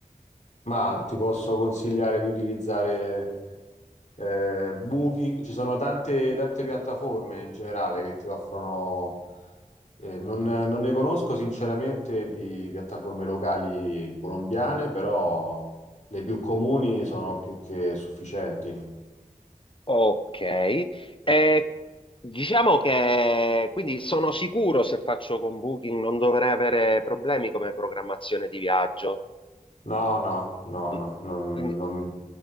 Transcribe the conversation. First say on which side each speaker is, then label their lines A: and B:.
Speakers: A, on the left (about 55°); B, on the left (about 35°).
A: Ma ti posso consigliare di utilizzare eh, buchi, ci sono tante, tante piattaforme in generale che ti offrono, eh, non, non ne conosco sinceramente di piattaforme locali colombiane, però le più comuni sono più che sufficienti.
B: Ok, Eh, diciamo che quindi sono sicuro se faccio con Booking non dovrei avere problemi come programmazione di viaggio.
A: No, no, no,
B: Mm,
A: no, non,
B: quindi-
A: non-